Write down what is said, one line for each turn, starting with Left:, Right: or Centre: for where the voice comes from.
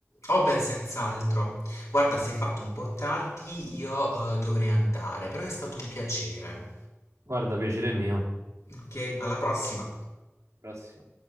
Left: Oh beh, senz'altro. Guarda, si è fatto un po' tardi, io eh, dovrei andare, però è stato un piacere.
Right: Guarda, piacere mio.
Left: Ok, alla prossima.
Right: Prossimo.